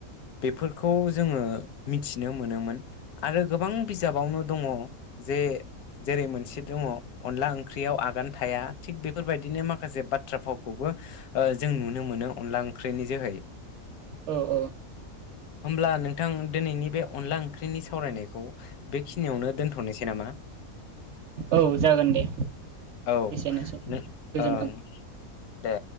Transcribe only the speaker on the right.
ओ ओ
औ जागोन दे
एसेनोसै
उम गोजोनथों।